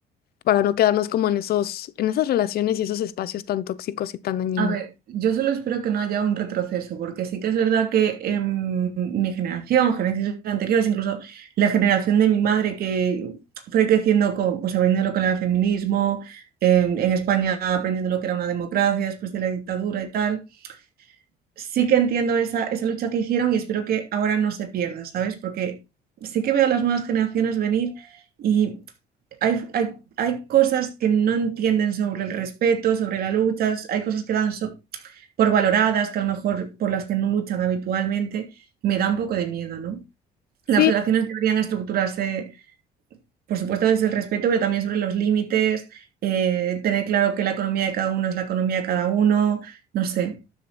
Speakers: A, on the left; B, on the right.
A: para no quedarnos como en esos, en esas relaciones y esos espacios tan tóxicos y tan dañinos.
B: A ver, yo solo espero que no haya un retroceso, porque sí que es verdad que em, mi generación, generaciones anteriores, incluso la generación de mi madre que fue creciendo con, pues aprendiendo lo que era el feminismo, em, en España aprendiendo lo que era una democracia después de la dictadura y tal, sí que entiendo esa, esa lucha que hicieron y espero que ahora no se pierda, ¿sabes? Porque sí que veo a las nuevas generaciones venir y hay, hay, hay cosas que no entienden sobre el respeto, sobre la lucha, hay cosas que dan... so- por valoradas, que a lo mejor por las que no luchan habitualmente, me da un poco de miedo, ¿no? Las
A: Sí,
B: relaciones deberían estructurarse, por supuesto, desde el respeto, pero también sobre los límites, eh, tener claro que la economía de cada uno es la economía de cada uno, no sé,